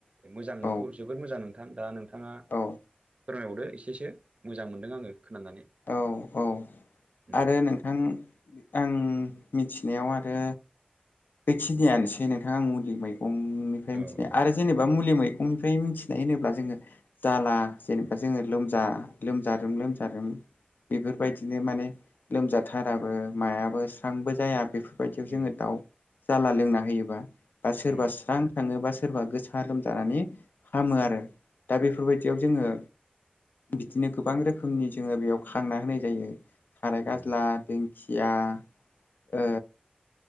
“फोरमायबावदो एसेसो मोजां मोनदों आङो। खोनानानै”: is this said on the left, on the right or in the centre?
Right